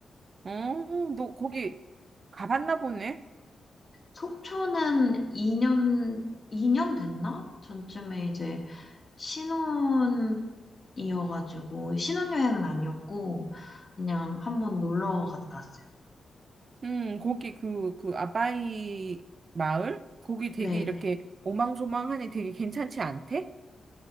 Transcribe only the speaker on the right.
어, 너 거기 가봤나 보네?
음, 거기 그, 그 아바이 마을? 거기 되게
이렇게 오망소망하니 되게 괜찮지 않대?